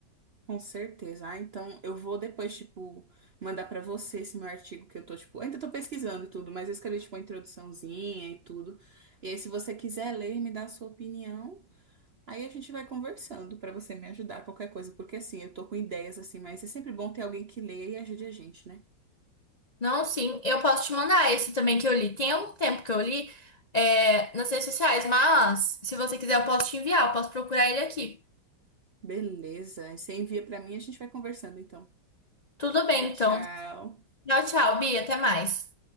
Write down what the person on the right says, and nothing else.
com certeza. Ah, então eu vou depois, tipo, mandar pra você esse meu artigo que eu tô, tipo, ainda tô pesquisando e tudo, mas eu escrevi, tipo, uma introduçãozinha e tudo. E aí, se você quiser ler e me dar a sua opinião, aí a gente vai conversando pra você me ajudar, qualquer coisa, porque assim, eu tô com ideias assim, mas é sempre bom ter alguém que leia e ajude a gente, né?
Beleza, aí você envia pra mim e a gente vai conversando, então.
Tchau,
tchau.